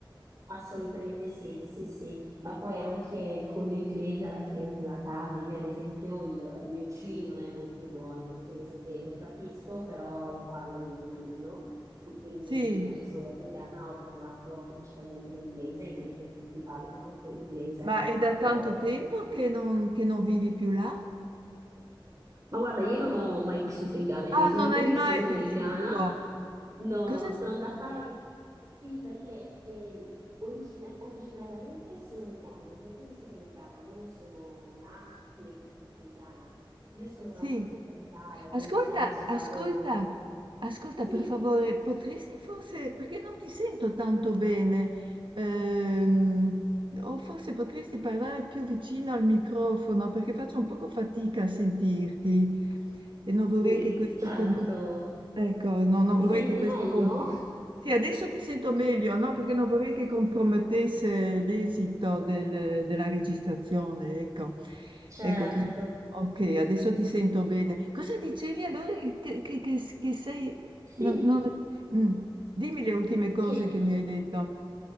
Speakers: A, on the right; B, on the right.
A: Assolutamente sì, sì, sì, ma poi anche con l'inglese alla fine te la cavi. Io, ad esempio, il, il mio C non è molto buono, nel senso che lo capisco, però lo parlo malino. Quindi,
B: Sì,
A: quando sono italiana, ho parlato principalmente l'inglese, comunque tutti parlano anche l'inglese.
B: ma è da
A: E
B: tanto tempo che non, che non vivi più là?
A: Ma guarda, io non ho mai vissuto in Ghana, i miei
B: Ah,
A: genitori
B: non hai
A: sono
B: mai
A: del
B: vissuto.
A: Ghana. No,
B: Cosa?
A: sono andata e... Sì, perché eh, origina- originariamente sono del Ghana, i miei genitori sono del Ghana, io non sono nata né cresciuta in Ghana. Io sono
B: Sì.
A: nata e cresciuta in Italia, quindi
B: Ascolta,
A: in Ghana ci vado...
B: ascolta, ascolta
A: Sì,
B: per favore, potresti forse, perché non ti sento tanto bene, ehm, o forse potresti parlare più vicino al microfono perché faccio un poco fatica a sentirti e non vorrei
A: sì,
B: che questo
A: certo.
B: complicasse. Ecco, no, non
A: Mi
B: vorrei
A: senti
B: che questo
A: meglio?
B: compromettesse. Sì, adesso ti sento meglio, no? Perché non vorrei che compromettesse l'esito del- della registrazione, ecco.
A: Certo.
B: Ecco, quindi, ok, adesso ti
A: S-
B: sento bene. Cosa dicevi allora che, che- che- che sei...
A: Sì,
B: non- non- Mm, Dimmi le ultime cose
A: che...
B: che mi hai detto.